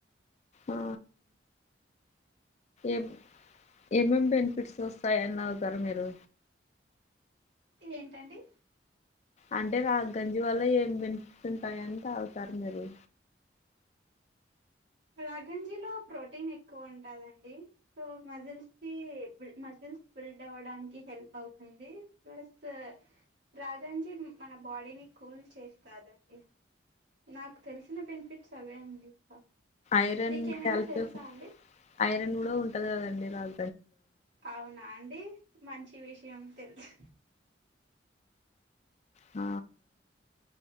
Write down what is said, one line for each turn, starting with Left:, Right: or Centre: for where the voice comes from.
Left: ఆ ఎప్ ఏమేమ్ బెనిఫిట్స్ వస్తాయని తాగుతారు మీరు
Right: ఏంటండి
Left: అంటే రాగ్ గంజి వల్ల ఏం బెనిఫిట్స్ ఉంటాయని తగుతారు మీరు
Right: రాగంజీలో ప్రోటీన్ ఎక్కువ ఉంటదండి సో మజిల్స్ కి మజిల్ బిల్డ్ అవ్వడానికి హెల్ప్ అవుతుంది ప్లస్ రాఘన్జీ మన బాడీని కూల్ చేస్తాదండి నాకు తెలిసిన బెనిఫిట్స్ అవే అండి ఇంకా
Left: ఐరన్
Right: మీకేమైనా
Left: కాల్షియం
Right: తెలుసా అండి
Left: ఐరన్ గుడా ఉంటది కదండి రాగ
Right: అవునా అండి మంచి విషయం తెల్స్
Left: ఆ